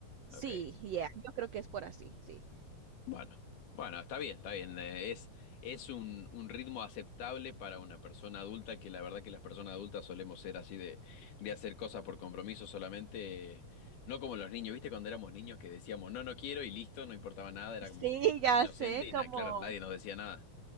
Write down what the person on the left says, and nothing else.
Ok.
Bueno, bueno, está bien, está bien. Eh, Es, es un, un ritmo aceptable para una persona adulta, que la verdad que las personas adultas solemos ser así de, de hacer cosas por compromiso solamente, eh, no como los niños, ¿viste? Cuando éramos niños que decíamos, no, no quiero y listo, no importaba nada, era
como, como
inocente
y
na- claro, nadie nos decía nada.